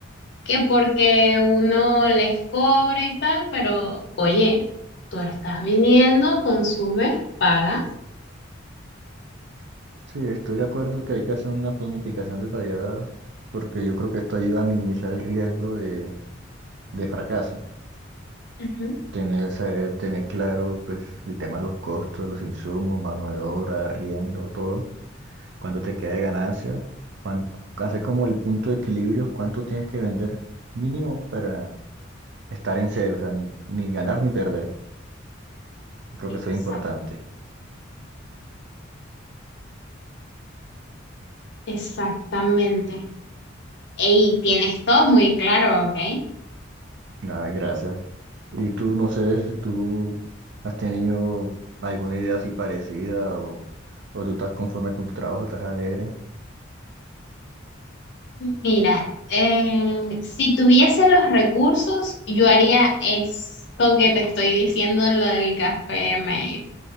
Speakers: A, on the left; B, on the right.
A: que porque uno les cobra y tal, pero oye, tú estás viniendo, consumes, pagas.
B: Sí, estoy de acuerdo que hay que hacer una planificación detallada porque yo creo que esto ayuda a minimizar el riesgo de de fracaso.
A: Ujú.
B: Tener, saber, tener claro pues, el tema de los costos, los insumos, mano de obra, arriendo, todo. Cuánto te queda de ganancia. Cuánto, hacer como el punto de equilibrio, cuánto tienes que vender mínimo para estar en cero. O sea, ni, ni ganar ni perder. Creo
A: Exact-
B: que eso es importante.
A: exactamente. Y tienes todo muy claro, ¿ok?
B: Ay, gracias. Y tú, no sé si tú has tenido alguna idea así parecida o, o tú estás conforme con tu trabajo, estás alegre.
A: Mira, eh, si tuviese los recursos, yo haría esto que te estoy diciendo, lo del café mate.